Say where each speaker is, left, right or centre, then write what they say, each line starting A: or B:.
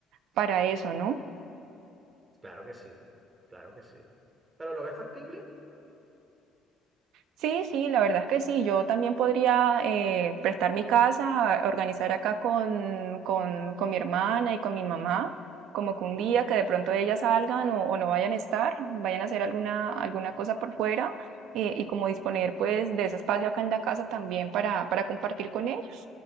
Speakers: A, on the right; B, on the right.
A: para eso, ¿no?
B: Claro que sí, claro que sí. ¿Pero lo ves factible?
A: Sí, sí, la verdad es que sí. Yo también podría eh, prestar mi casa, a- organizar acá con, con, con mi hermana y con mi mamá, como que un día que de pronto ellas salgan o, o no vayan a estar, vayan a hacer alguna, alguna cosa por fuera eh, y como disponer pues de ese espacio acá en la casa también para, para compartir con ellos.